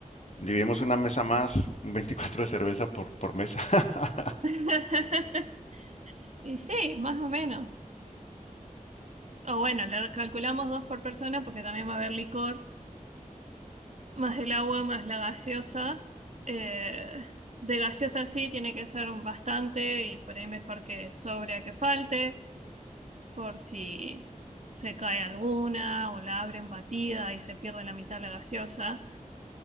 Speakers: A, on the left; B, on the right.
A: Dividimos una mesa más, un 24 de cerveza por, por mesa. <laughs>
B: <laughs> Y sí, más o menos. O bueno, le calculamos dos por persona porque también va a haber licor, más el agua, más la gaseosa. Eh, de gaseosa sí, tiene que ser bastante y por ahí mejor que sobre a que falte, por si se cae alguna o la abren batida y se pierde la mitad de la gaseosa.